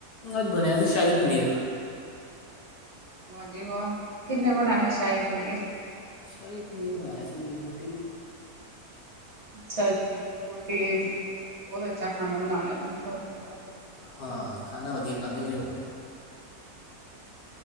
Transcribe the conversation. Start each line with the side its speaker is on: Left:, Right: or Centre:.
Left: ਅੱਜ ਬਣਿਆ ਸੀ ਸ਼ਾਹੀ ਪਨੀਰ
Right: ਵਾਜੀ ਵਾਹ ਕਿੰਨੇ ਬਣਾਆ ਸ਼ਾਹੀ ਪਨੀਰ
Left: ਸ਼ਾਹੀ ਪਨੀਰ ਬਣਾਇਆ ਸੀ ਮੇਰੀ ਬੋਟੀ ਨੇ
Right: ਅੱਛਾ ਜੀ ਰੂੋਟੇ ਬਹੁਤ ਅੱਛਾ ਖਾਣਾ ਬਣਾਉਣਾ ਲੈਂਦੇ <unintelligible>
Left: ਹਾਂ ਖਾਣਾ ਵਧੀਆ ਬਣਾਉਂਦੀ ਮਰੀ ਰੋਟੀ